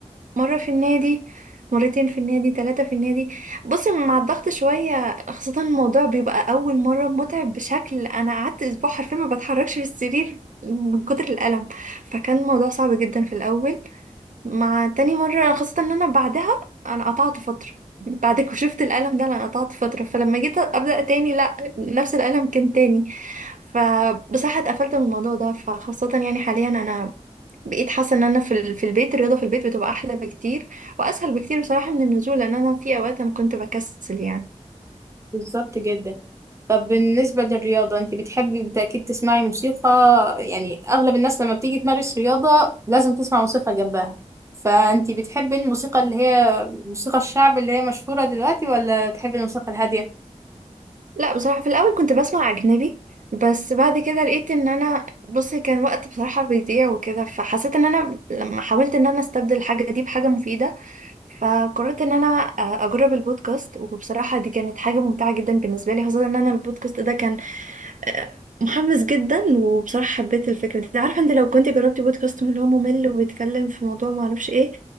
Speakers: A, on the right; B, on the right.
A: مره في النادي مرتين في النادي ثلاثه في النادي بصي مع الضغط شويه خاصه الموضوع بيبقى اول مره متعب بشكل انا قعدت اسبوع حرفيا ما بتحركش في السرير من كتر الالم فكان الموضوع صعب جدا في الاول مع تاني مرة خاصة ان انا بعدها انا قطعت فترة <laughs> بعد ما شفت الألم ده انا قطعت فترة فلما جيت أبدأ تاني لا نفس الألم كان تاني فبصراحة اتقفلت من الموضوع ده فخاصة يعني حاليا انا بقيت حاسة ان انا في ال- في البيت الرياضة في البيت بتبقى احلى بكتير واسهل بكتير بصراحة من النزول لان انا في اوقات انا كنت بكسل يعني
B: بالظبط جدا طب بالنسبة للرياضة انت بتحبي بالتأكيد تسمعي موسيقى يعني اغلب الناس لما بتيجي تمارس رياضة لازم تسمع موسيقى جنبها فانت بتحبي الموسيقى اللي هي موسيقى الشعب اللي هي مشهورة دلوقتي ولا تحبي الموسيقى الهادية
A: لا بصراحة في الاول كنت بسمع اجنبي بس بعد كده لقيت ان انا بصي كان وقت بصراحة بيضيع وكده فحسيت ان انا لما حاولت ان انا استبدل الحاجة دي بحاجة مفيدة فقررت ان انا آه، اجرب البودكاست وبصراحة دي كانت حاجة ممتعة جدا بالنسبة لي خاصة ان انا البودكاست ده كان آه، محمس جدا وبصراحة حبيت الفكرة دي عارفة انت لو كنت جربتي بودكاست من اللي هو ممل وبيتكلم في موضوع معرفش ايه